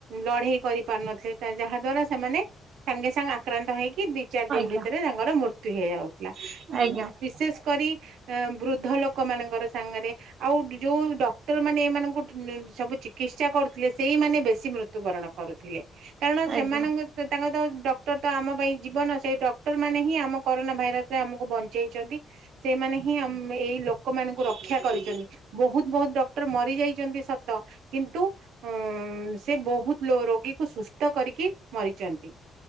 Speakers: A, on the right (about 80°); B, on the right (about 60°).
A: ଲଢେଇ କରିପାରୁନଥିଲେ, ଯାହା ଦ୍ଵାରା ସେମାନେ ସାଙ୍ଗେ ସାଙ୍ଗେ ଆକ୍ରାନ୍ତ ହେଇକି ଦି ଚାରି ଦିନ
B: ଆଜ୍ଞା
A: ଭିତରେ ତାଙ୍କର ମୃତ୍ୟୁ ହେଇଯାଉଥିଲା,
B: ଆଜ୍ଞା
A: ବିଶେଷ କରି ବୃଦ୍ଧ ଲୋକ ମାନଙ୍କର ସାଙ୍ଗରେ ଆଉ ଯୋଉ ଡକ୍ଟର ମାନେ ଏମାନଙ୍କୁ ସବୁ ଚିକିତ୍ସା କରୁଥିଲେ ସେଇମାନେ ବେଶୀ ମୃତ୍ୟୁବରଣ କରୁ ଥିଲେ କାରଣ
B: ଆଜ୍ଞା
A: ସେମାନଙ୍କ ତାଙ୍କ ତ ଡକ୍ଟର ତ ଆମ ପାଇଁ ଜିବନ ସେଇ ଡକ୍ଟର ମାନେ ହିଁ ଆମ କରୋନା ଭାଇରସ ରେ ଆମକୁ ବଞ୍ଚେଇଛନ୍ତି। ସେଇମାନେ ହିଁ ଏଇ ଲୋକମାନଙ୍କୁ ରକ୍ଷା କରିଛନ୍ତି। ବହୁତ ବହୁତ ଡକ୍ଟର ମରିଯାଇଛନ୍ତି ସତ କିନ୍ତୁ ଅ ସେ ବହୁତ ରୋଗୀକୁ ସୁସ୍ଥ କରିକି ମରିଛନ୍ତି